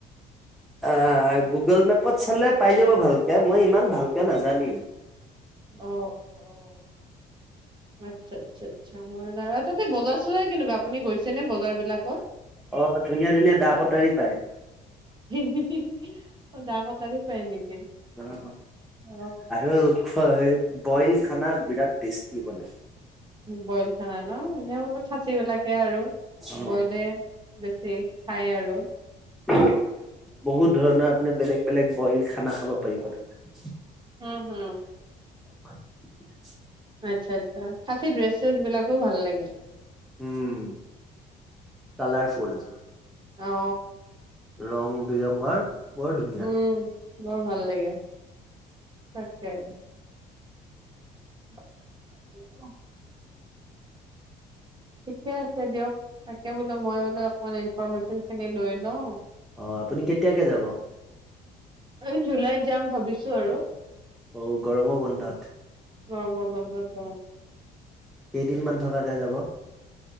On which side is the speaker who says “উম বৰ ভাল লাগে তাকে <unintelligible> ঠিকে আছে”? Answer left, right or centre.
Right